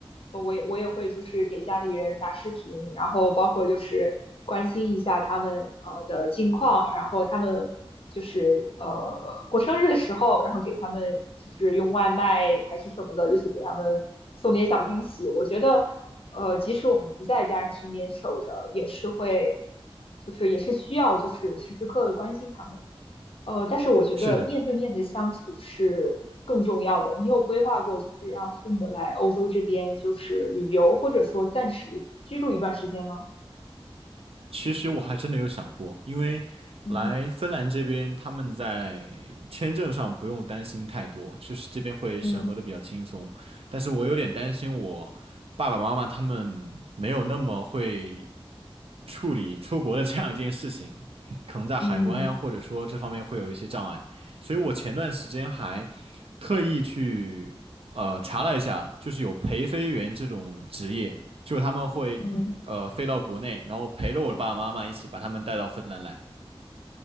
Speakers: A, on the left; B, on the right.
A: 呃我也我也会就是给家里人打视频，然后包括就是关心一下他们呃的近况，然后他们就是呃过生日的时候，然后给他们就是用外卖还是什么的，就是给他们送点小惊喜。我觉得呃，即使我们不在家人身边守着，也是会就是也是需要就是时时刻刻关心他们。呃，但是我觉得面对面的相处是更重要的。
B: 是的。
A: 你有规划过，就是让父母来欧洲这边就是旅游，或者说暂时居住一段时间吗？
B: 其实我还真的有想过，因为来芬兰这边，
A: 嗯
B: 他们在签证上不用担心太多，就是这边会审核的比较轻松。
A: 嗯
B: 但是我有点担心我爸爸妈妈他们没有那么会处理出国的这样一件事情，可能在海关呀，
A: 嗯
B: 或者说这方面会有一些障碍。所以我前段时间还特意去呃查了一下，就是有陪飞员这种职业，就是他们会呃飞到国内，
A: 嗯。
B: 然后陪着我的爸爸妈妈一起把他们带到芬兰来。